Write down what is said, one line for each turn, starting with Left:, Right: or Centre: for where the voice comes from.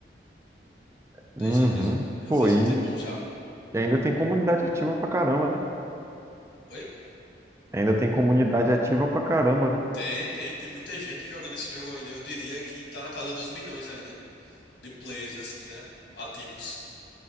Right: Uhum.
Left: Desde 2000,
Right: Pô,
Left: faz
Right: e
Left: um tempão já.
Right: ainda tem comunidade ativa pra caramba, né?
Left: Oi?
Right: Ainda tem comunidade ativa pra caramba, né?
Left: Tem, tem, tem muita gente jogando esse jogo ainda. Eu diria que tá na casa dos milhões ainda. de players, assim, né? Ativos.